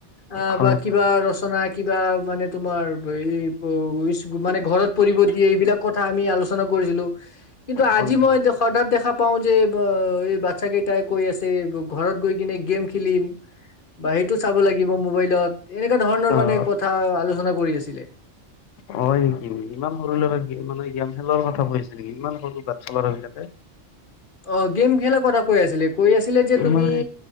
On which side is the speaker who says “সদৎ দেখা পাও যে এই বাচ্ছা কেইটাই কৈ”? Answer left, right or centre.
Left